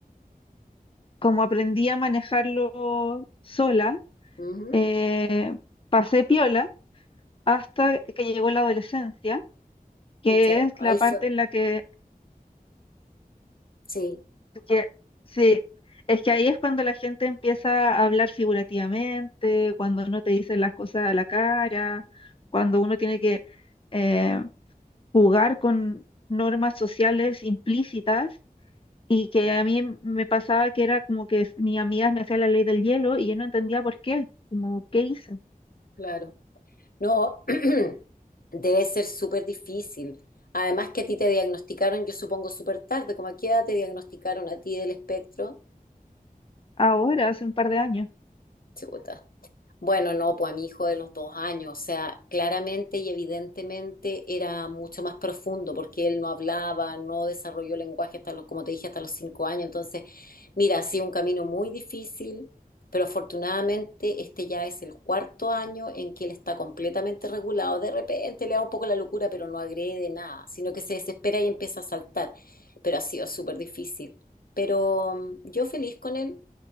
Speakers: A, on the left; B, on the left.
A: como aprendí a manejarlo sola,
B: Ujú.
A: eh, pasé piola hasta que llegó la adolescencia, que
B: Pucha,
A: es
B: ahí
A: la parte
B: fue.
A: en la que
B: Sí,
A: que- sí, es que ahí es cuando la gente empieza a hablar figurativamente, cuando no te dicen las cosas a la cara, cuando uno tiene que eh, jugar con normas sociales implícitas y que a mí m- me pasaba que era como que s- mis amigas me hacían la ley del hielo y yo no entendía por qué, como qué hice
B: claro. No, <clears throat> debe ser súper difícil. Además que a ti te diagnosticaron, yo supongo, súper tarde. ¿Cómo a qué edad te diagnosticaron a ti del espectro?
A: ahora, hace un par de años.
B: Chuta. Bueno, no, pues a mi hijo de los dos años, o sea, claramente y evidentemente era mucho más profundo porque él no hablaba, no desarrolló lenguaje hasta los, como te dije, hasta los cinco años. Entonces, mira, ha sido un camino muy difícil, pero afortunadamente este ya es el cuarto año en que él está completamente regulado. De repente le da un poco la locura, pero no agrede nada, sino que se desespera y empieza a saltar. Pero ha sido súper difícil. Pero mm, yo feliz con él.